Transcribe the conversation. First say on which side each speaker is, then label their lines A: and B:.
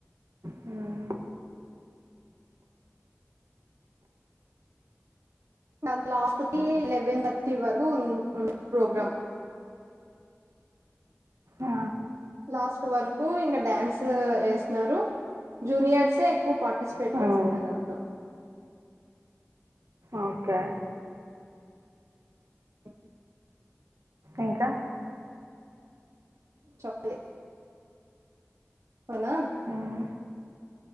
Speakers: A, on the right (about 80°); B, on the right (about 75°).
A: హ్మ్
B: నన్ను లాస్ట్ కి లెవెన్ థర్టీ వరకు ఉ ఉ ప్రోగ్రాం
A: ఆ
B: లాస్ట్ వరకు ఇంకా డ్యాన్స్ వేస్తున్నారు జూనియర్స్ ఎక్కువ పార్టిసిపేట్
A: హ్మ్
B: చేసింది దాంట్లో
A: ఓకే
B: అ
A: ఇంకా
B: చప్లీ అవునా
A: హ్మ్